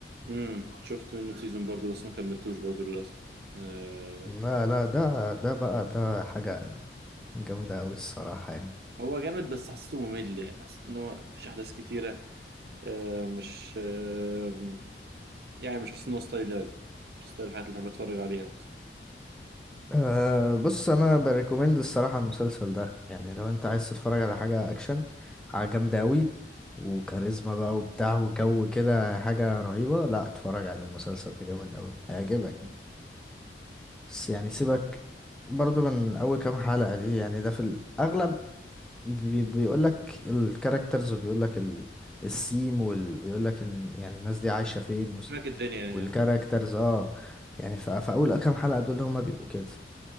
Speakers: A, on the right (about 60°); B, in the centre.
A: امم شفت منه سيزون برضه بس ما كملتوش برضه للاسف آه
B: لا لا ده ده بقى ده حاجة جامدة أوي الصراحة يعني
A: هو جامد بس حسيته ممل يعني حسيت ان هو مفيش احداث كتيرة آه، مش آه، يعني مش حاسس إن هو ستايل لعب مش ستايل الحاجات اللي بحب أتفرج عليها مثلا
B: أه بص أنا بريكومند الصراحة المسلسل ده يعني لو أنت عايز تتفرج على حاجة أكشن حاجة جامدة أوي وكاريزما بقى وبتاع وجو كده حاجة رهيبة لا اتفرج على المسلسل ده جامد أوي هيعجبك
A: مم.
B: بس يعني سيبك
A: أكيد
B: برضو من أول كام حلقة دي يعني ده في الأغلب بي بيقول لك الكاركترز وبيقول لك ال... السيم وال... بيقول لك ان يعني الناس دي عايشة
A: مم.
B: فين وس...
A: هناك الدنيا
B: والكاركترز
A: يعني
B: اه يعني ف... فاول كام حلقة دول هما بيبقوا كده